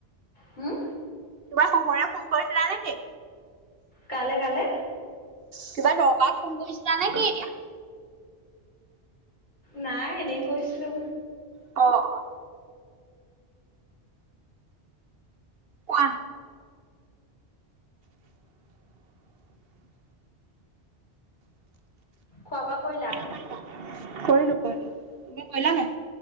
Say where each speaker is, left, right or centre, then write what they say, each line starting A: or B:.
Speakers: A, on the left; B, on the right.
A: হুম
B: কিবা শহুৰে ফোন কৰিছিলা নেকি?
A: কালে কালে
B: কিবা দকাৰত ফোন কৰিছিলা নে কি এতিয়া
A: নাই এনেই কৈছিলোঁ।
B: অ অ কোৱা?
A: খোৱা বোৱা কৰিলা?
B: কৰিলো কৰিলো। তুমি কৰিলা নাই?